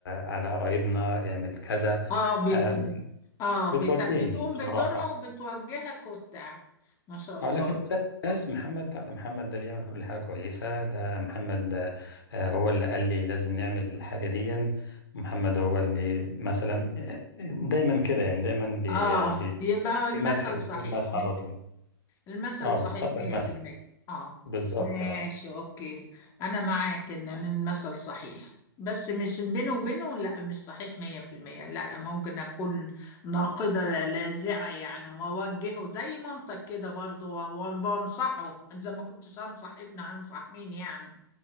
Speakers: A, on the left; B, on the left.
A: على قرايبنا اعمل كذا
B: اه بت...
A: آه
B: اه بت...
A: بتوجهني
B: بتقوم
A: بصراحه
B: بدورها وبتوجهك وبتاع ما شاء الله
A: اه لكن ده الناس محمد لا ده محمد ده بيعمل كل حاجة كويسة ده محمد ده آه، هو اللي قال لي لازم نعمل الحاجة دي محمد هو اللي مثلا آه، دايما كده يعني دايما بي
B: اه
A: بي
B: يبقى هو المثل
A: في مدح أسلوب
B: صحيح
A: مدح
B: مت...
A: على طول
B: المثل
A: اه
B: صحيح
A: بتطبق
B: 100%
A: المثل
B: اه
A: بالظبط
B: ماشي
A: اه
B: اوكي انا معاك ان المثل صحيح بس مش بينه وبينه لا مش صحيح 100% لا ممكن اكون ناقدة لاذعة يعني واوجهه زي منطق كده برضه وانصحه اذا ما كنتش انصح ابني هنصح مين يعني